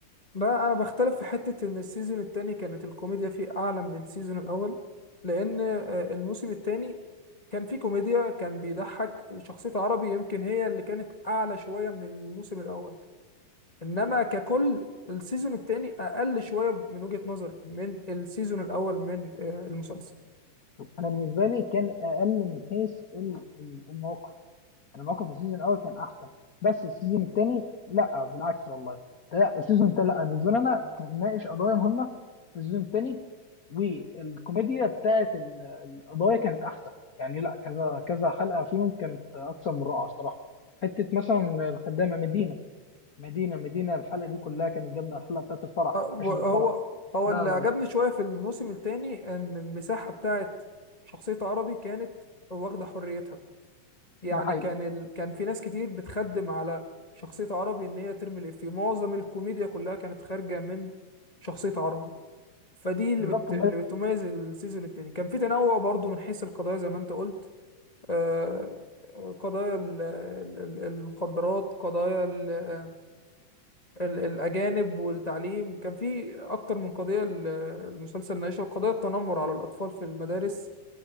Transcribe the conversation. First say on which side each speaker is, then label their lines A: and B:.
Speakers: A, on the left; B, on the left.
A: لا أنا بختلف في حتة إن السيزون التاني كانت الكوميديا فيه أعلى من السيزون الأول لأن آه، الموسم التاني كان فيه كوميديا كان بيضحك شخصية عربي يمكن هي اللي كانت أعلى شوية من الموسم الأول انما ككل السيزون الثاني اقل شويه من وجهه نظري من السيزون الاول من آه، المسلسل
B: انا بالنسبه لي كان اقل من حيث ال- ال- المواقف انا موقف السيزون الاول كان احسن بس السيزون الثاني لا بالعكس والله لا السيزون الثاني لا بالنسبه لي انا كان ناقش قضايا مهمه في السيزون الثاني والكوميديا بتاعت ال- القضايا كانت احسن يعني لا كذا كذا حلقه فيهم كانت اكثر من رائعه الصراحه حته مثلا الخدامه مدينه مدينه مدينه الحلقه دي كلها كانت جامده الحلقه بتاعت الفرح
A: آه،
B: عشان الفرح
A: هو هو
B: لا
A: اللي
B: لا
A: عجبني
B: لا
A: شويه في الموسم الثاني ان المساحه بتاعت شخصيه عربي كانت واخده حريتها يعني
B: ده حقيقي
A: كان ال... كان في ناس كتير بتخدم على شخصيه عربي ان هي ترمي الإفيه معظم الكوميديا كلها كانت خارجه من شخصيه عربي فدي اللي
B: بالظبط
A: بت... اللي بتميز السيزون الثاني كان في تنوع برضو من حيث القضايا زي ما انت قلت آه، قضايا ال- ال- ال- المخدرات قضايا ال- ال- الأجانب والتعليم كان في أكتر من قضية ال- المسلسل ناقشها قضايا التنمر على الأطفال في المدارس